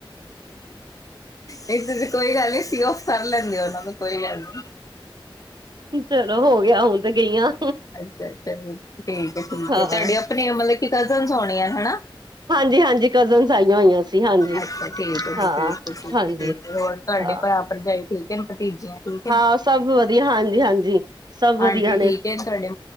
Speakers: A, on the left (about 40°); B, on the right (about 50°).
A: ਇਧਰ ਦੀ ਕੋਈ ਗੱਲ ਨੀ ਸੀ ਉਹ ਕਰ ਲੈਂਦੇ ਆ ਉਹਨਾਂ ਨੂੰ ਕੋਈ ਗੱਲ ਨੀ
B: ਚਲੋ ਹੋ ਗਿਆ ਹੁਣ ਤੇ ਗਈਆਂ
A: ਅੱਛਾ, ਅੱਛਾ, ਠੀਕ ਹੈ, ਠੀਕ
B: ਹਾਂ
A: ਤੁਹਾਡੇ ਆਪਣੇ ਮਤਲਬ ਕਿ ਕਜਨਜ਼ ਹੋਣੀਆ ਆ ਹੈ ਨਾ।
B: ਹਾਂਜੀ ਹਾਂਜੀ ਕਜ਼ਨਸ ਆਈਆਂ ਹੋਈਆਂ ਸੀ ਹਾਂਜੀ
A: ਅੱਛਾ, ਠੀਕ ਹੈ
B: ਹਾਂ
A: ਜੀ, ਠੀਕ ਹੈ
B: ਹਾਂਜੀ
A: ਠੀਕ ਹੋਰ ਤੁਹਾਡੇ
B: ਹਾਂ
A: ਭਰਾ? ਭਰਜਾਈ ਠੀਕ। ਹੈ ਭਤੀਜੀਆਂ ਠੀਕ ਹੈ।
B: ਹਾਂ ਸਭ ਵਧੀਆ ਹਾਂਜੀ-ਹਾਂਜੀ। ਸਭ ਵਧੀਆ
A: ਆਂਟੀ
B: ਨੇ
A: ਠੀਕ ਏ ਸਾਡੇ